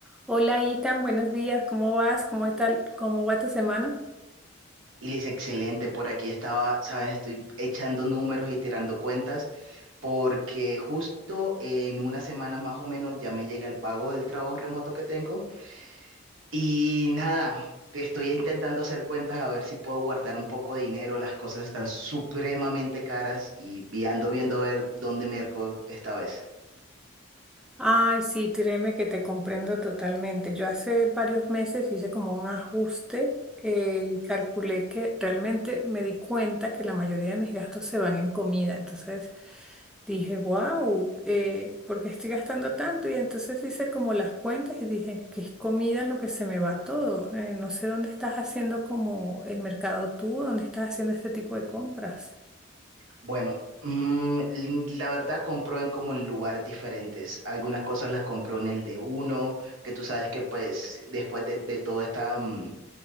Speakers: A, in the centre; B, on the right.
A: Hola, Itan, buenos días, ¿cómo vas? ¿Cómo tal? ¿Cómo va tu semana?
B: Y le dice, excelente, por aquí estaba, sabes, estoy echando números y tirando cuentas porque justo en una semana más o menos ya me llega el pago del trabajo remoto que tengo y nada, estoy intentando hacer cuentas a ver si puedo guardar un poco de dinero, las cosas están supremamente caras y, y ando viendo a ver dónde me merco esta vez.
A: Ay, sí, créeme que te comprendo totalmente. Yo hace varios meses hice como un ajuste eh, y calculé que realmente me di cuenta que la mayoría de mis gastos se van en comida. Entonces dije, wow, ¿por qué estoy gastando tanto? Y entonces hice como las cuentas y dije, que es comida en lo que se me va todo. Eh, no sé dónde estás haciendo como el mercado tú, dónde estás haciendo este tipo de compras.
B: Bueno, mm, la verdad compró en como en lugares diferentes. Algunas cosas las compró en el de uno, que tú sabes que pues después de, de toda esta, mm,